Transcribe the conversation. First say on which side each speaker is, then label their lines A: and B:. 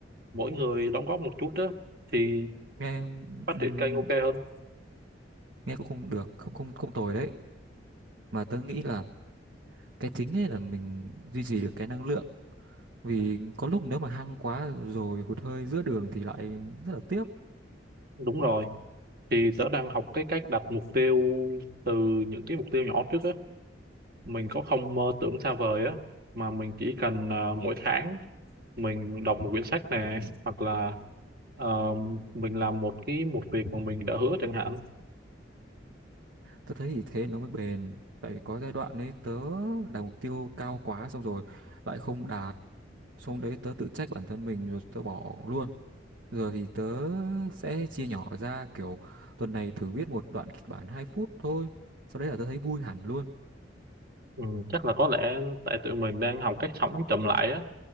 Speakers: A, on the right; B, on the right.
A: mỗi người đóng góp một chút á thì
B: Nghe
A: phát
B: ừm,
A: triển kênh ok hơn
B: nghe cũng không được, không không không tồi đấy. Mà tớ nghĩ là cái chính ấy là mình duy trì được cái năng lượng. Vì có lúc nếu mà hăng quá rồi hụt hơi giữa đường thì lại rất là tiếc.
A: đúng rồi thì tớ đang học cái cách đặt mục tiêu từ những cái mục tiêu nhỏ trước á mình có không mơ tưởng xa vời á mà mình chỉ cần à, mỗi tháng mình đọc một quyển sách nè hoặc là ờ, mình làm một cái một việc mà mình đã hứa chẳng hạn
B: Tớ thấy thì thế nó mới bền. Tại vì có giai đoạn ấy tớ đặt mục tiêu cao quá xong rồi lại không đạt. Xong đấy tớ tự trách bản thân mình rồi tớ bỏ luôn. Giờ thì tớ sẽ chia nhỏ ra kiểu tuần này thử viết một đoạn kịch bản 2 phút thôi. Sau đấy là tớ thấy vui hẳn luôn.
A: Ừ, chắc là có lẽ tại tụi mình đang học cách sống chậm lại á